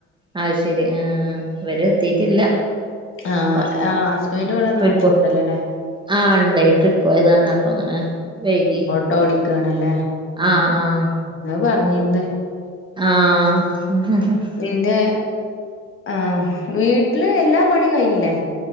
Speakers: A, on the right; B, on the left.
A: അയ്ശെരി ആഹ് ഇവരെ എത്തിട്ടില്ല
B: ആഹ്
A: കൊറച്ച്
B: ആഹ് ഹസ്ബൻഡ് ഇവടെ
A: ട്രിപ്പ്
B: നാട്ടിലുണ്ടല്ലോലെ
A: ആഹ് ഇണ്ടെയ് ട്രിപ്പോയതാണ് അപ്പൊ ഇങ്ങനെ വൈകി
B: ട്ടോടിക്കാണല്ലേ
A: ആഹ് ആഹ്
B: അത് പറഞ്ഞിര്ന്ന്
A: ആഹ്
B: നിന്റെ ആഹ് വീട്ട്ല് എല്ലാ പണിം കഴിഞ്ഞിലെ